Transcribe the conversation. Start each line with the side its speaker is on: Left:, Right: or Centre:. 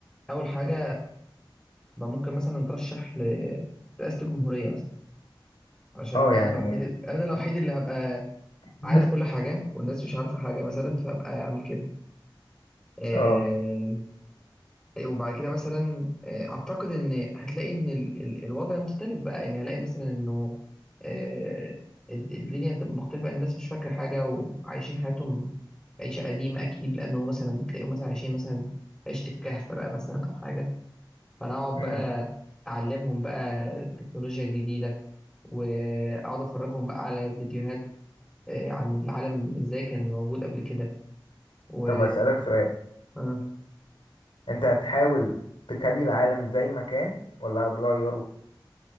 Centre: اول حاجه بقى ممكن مثلا اترشح ل- رئاسه الجمهوريه مثلا عشان
Left: اه يعني
Centre: انا الوحيد انا الوحيد اللي هبقى
Left: <laughs>
Centre: عارف كل حاجه والناس مش عارفه حاجه مثلا فهبقى اعمل كده آه،
Left: اه
Centre: إيه، وبعد كده مثلا آه، اعتقد ان هتلاقي ان ال- ال- الوضع مختلف بقى يعني هلاقي مثلا انه آه، الد- الدنيا هتبقى مختلفة الناس مش فاكرة حاجة وعايشين حياتهم عيشة قديمة أكيد لأنه مثلا تلاقيهم مثلا عايشين مثلا عيشة الكهف بقى مثلا أو حاجة فأنا أقعد
Left: امم
Centre: بقى أعلمهم بقى تكنولوجيا جديدة وأقعد أفرجهم بقى على فيديوهات آه، عن العالم إزاي كان موجود قبل كده و
Left: طب اسألك سؤال
Centre: آه،
Left: انت هتحاول تخلي العالم زي ما كان ولا هتغيره